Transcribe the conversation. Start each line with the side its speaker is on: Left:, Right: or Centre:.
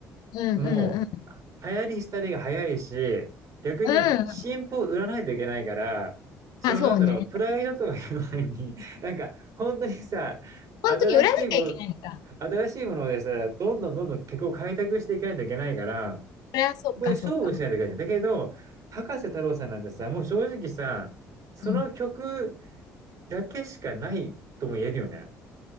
Left: うん、
Right: も
Left: うん、うん。
Right: う、流行り廃りが早いし、逆に新譜を売らないといけないから、
Left: うん。
Right: そのなんだろう、
Left: あ、そうね。
Right: プライドとかいう前に、<laughs> なんか、本当にさ、
Left: 本当に売らなきゃいけないのか。
Right: 新しいもの、新しいものでさ、どんどんどんどん曲を開拓していかないといけないから、
Left: それはそうか、
Right: ここで勝負しないといけない。
Left: そうか。
Right: んだよだけど、博士太郎さんなんてさ、もう正直さ、その曲
Left: うん
Right: だけしかないとも言えるよね。